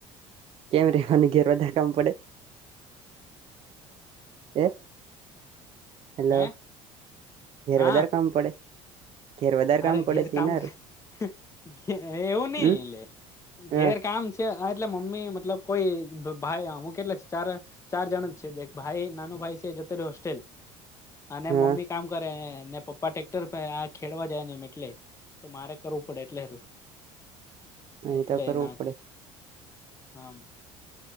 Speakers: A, on the right; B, on the left.
A: કેમ રવાનું ઘેર બધા કામ પડે એ હેલો.
B: હે
A: ઘેર
B: હા
A: વધારે કામ પડે? ઘેર વધારે
B: અરે
A: કામ પડે
B: ઘેર
A: છે
B: કામ
A: એનારું
B: એવું નઈ
A: હમ
B: એટે
A: હા
B: ઘેર કામ છે એટલે મમ્મી મતલબ કોઈ ભાઈ હું કેટલા ચારે ચાર જણ જ છે ભાઈ નાનો ભાઈ છે જતોરે હોસ્ટેલ અને
A: હા
B: મમ્મી કામ કરેને પપ્પા ટેક્ટર આ ખેડવા જાય ને એમ એટલે તો મારે કરવું પડે એટલે
A: નહી
B: એટલે
A: તો કરવું
B: ના
A: પડે
B: કે હમ્મ